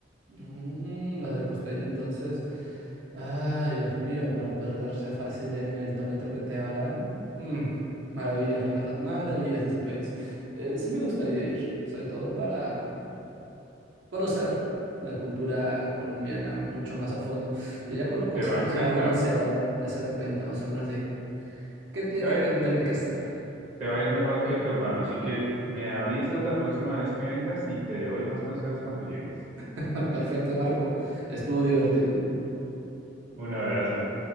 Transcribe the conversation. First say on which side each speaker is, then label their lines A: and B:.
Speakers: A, on the right (about 80°); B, on the right (about 40°).
A: Mm, los de Costello, entonces, ay, Dios mío, pero perderse fácil en el tonito que te hablan. mm, maravillas, la verdad, maravillas de ese país. Eh, sí me gustaría ir, sobre todo para conocer la cultura colombiana mucho más a fondo, pero ya con los consejos
B: Te va a encantar.
A: ya uno se va a dar, ya se da cuenta más o menos de qué tiene,
B: Te va a
A: que,
B: ir,
A: no tiene
B: te,
A: que hacer.
B: te va a ir mejor que a tu hermano, así que me avisas la próxima vez que vengas y te doy más consejos cuando llegues.
A: <laughs> Perfecto, Marco, estuvo divertido.
B: Un abrazo.